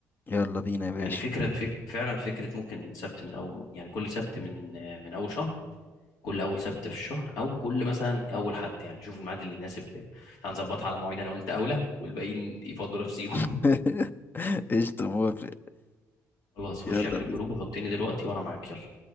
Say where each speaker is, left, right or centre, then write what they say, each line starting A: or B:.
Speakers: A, on the left; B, on the left.
A: يلا بينا يا باشا
B: يعني فكرا فك... فعلا فكرة ممكن سبت من اول يعني كل سبت من آه، من اول شهر كل اول سبت في الشهر او كل مثلا اول حد يعني شوف الميعاد اللي يناسب تعال نظبطها على مواعيد انا وانت اولى والباقيين يفضلوا نفسي
A: <laughs> قشطة موافق
B: خلاص خش
A: يلا
B: اعمل
A: بينا
B: الجروب وحطني دلوقتي وانا معاك يلا